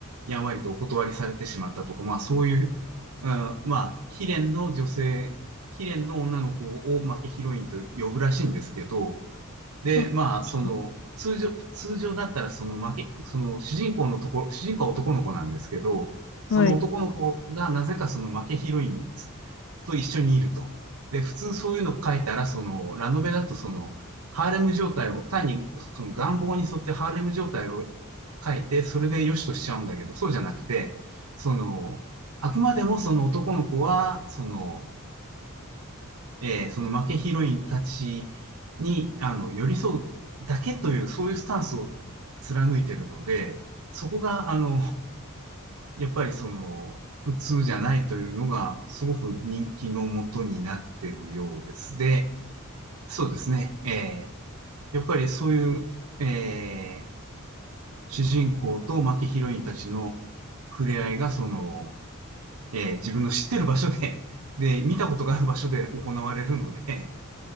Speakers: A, on the right; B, on the left.
A: やんわりとお断りされてしまったとか、まあそういう、うんまあ、悲恋の女性、悲恋の女の子を、まあ、ヒロインと呼ぶらしいんですけど、で、
B: そうなんですね
A: まあ、その、通常、通常だったら、その負け、その主人公のところ、主人公は男の子なんですけど、その男の子がなぜかその負けヒロインにつ
B: はい。
A: と一緒にいると。で、普通そういうの書いたら、その、ラノベだとその、ハーレム状態を、単にその願望に沿ってハーレム状態を書いて、それで良しとしちゃうんだけど、そうじゃなくて、その、あくまでもその男の子は、その、えーその負けヒロインたちに、あの、寄り添うだけという、そういうスタンスを貫いてるので、そこが、あの、やっぱりその、普通じゃないというのが、すごく人気のもとになってるようです。で、そうですね。えーやっぱりそういう、えー主人公と負けヒロインたちの触れ合いが、その、えー自分の知ってる場所で、で、見たことがある場所で行われるので、